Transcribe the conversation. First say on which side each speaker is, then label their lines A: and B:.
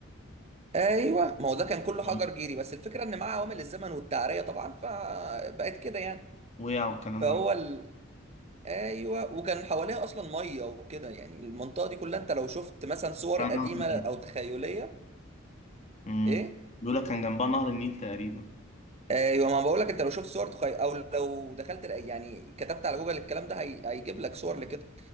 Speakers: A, on the right; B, on the left.
A: ايوه ما هو ده كان كله
B: مم.
A: حجر جيري بس الفكره ان مع عوامل الزمن والتعريه طبعا فبقت كده يعني
B: وقع والكلام
A: فهو
B: ده
A: ال... ايوه وكان حواليها اصلا ميه وكده يعني المنطقه دي كلها انت لو شفت مثلا صور
B: بتاع
A: قديمه
B: نهر النيل
A: او تخيليه
B: مم.
A: ايه
B: بيقول لك كان جنبها نهر النيل تقريبا
A: ايوه ما بقول لك انت لو شفت صور تخي... او لو دخلت ال- يعني كتبت على جوجل الكلام ده هي... هيجيب لك صور لكده